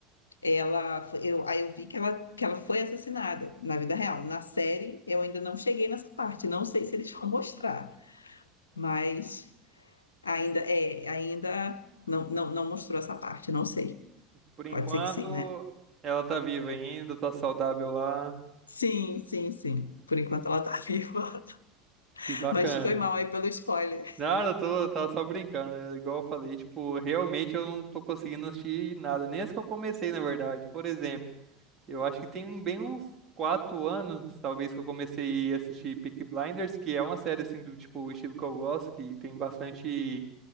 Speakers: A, on the left; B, on the right.
A: ela, fo- eu, aí eu vi que ela, que ela foi assassinada na vida real. Na série, eu ainda não cheguei nessa parte. Não sei se eles vão mostrar, mas ainda, é, ainda não, não, não mostrou essa parte, não sei.
B: Por enquanto,
A: Pode ser que sim, né?
B: ela tá viva ainda, tá saudável lá,
A: Sim, sim, sim. Por enquanto ela tá viva. <laughs>
B: que bacana.
A: Mas foi mal aí pelo spoiler.
B: Nada, eu tô, eu tava só brincando, é igual eu falei, tipo, realmente eu não tô conseguindo assistir nada, nem as que eu comecei, na verdade. Por exemplo, Eu acho que tem bem uns quatro anos, talvez, que eu comecei a assistir Peaky Blinders, que é uma série, assim, do tipo, estilo que eu gosto, que tem bastante,